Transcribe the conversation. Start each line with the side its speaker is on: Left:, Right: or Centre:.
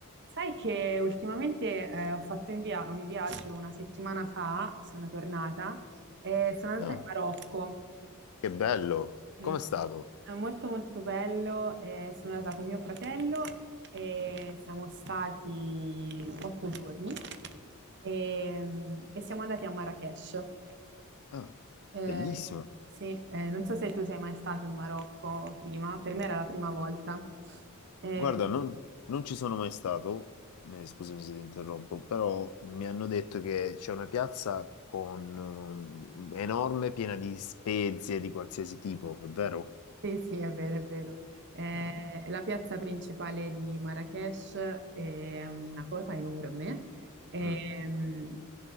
Right: Sai che ultimamente eh, ho fatto in via- un viaggio una settimana fa, sono tornata, e sono andata
Left: Ah,
Right: in Marocco.
Left: che bello! Com'è
Right: Mm.
Left: stato?
Right: È molto molto bello, eh, sono andata con mio fratello e siamo stati otto giorni e, mm, e siamo andati a Marrakech.
Left: Ah,
Right: Eh,
Left: bellissimo!
Right: sì, eh, non so se tu sei mai stato in Marocco prima, per me era la prima volta. Eh,
Left: Guarda, non, non ci sono mai stato, eh, scusami se ti interrompo, però mi hanno detto che c'è una piazza con, eh, enorme, piena di spezie di qualsiasi tipo, è vero?
Right: Sì, sì, è vero, è vero. Eh,
Left: Ah,
Right: la piazza principale di Marrakech è una cosa enorme, ehm,
Left: mm,